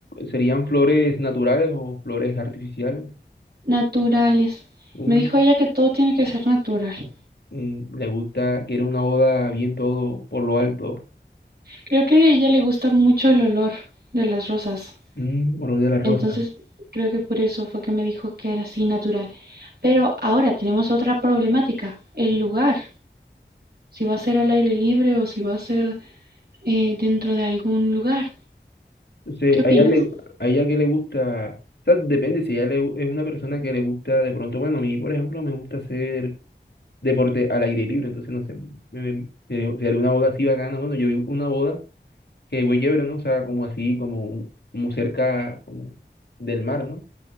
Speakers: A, on the left (about 65°); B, on the right (about 60°).
A: serían flores naturales o flores artificiales?
B: Naturales.
A: Mm,
B: Me dijo ella que todo tiene que ser natural.
A: mm, le gusta, quiere una boda bien todo por lo alto,
B: Creo que a ella le gusta mucho el olor de las rosas.
A: mm, olor de las
B: Entonces,
A: rosas.
B: creo que por eso fue que me dijo que era así natural. Pero ahora tenemos otra problemática, el lugar. Si va a ser al aire libre o si va a ser eh, dentro de algún lugar.
A: Entonces,
B: ¿Qué opinas?
A: a ella, le, a ella que le gusta, o sea, depende si ella le gu- es una persona que le gusta de pronto, bueno, a mí, por ejemplo, me gusta hacer deporte al aire libre, entonces, no sé, me, me- sería sería una boda así bacana, bueno, yo vi una boda. Que güey chévere, ¿no? O sea, como así, como, un- como cerca como del mar, ¿no?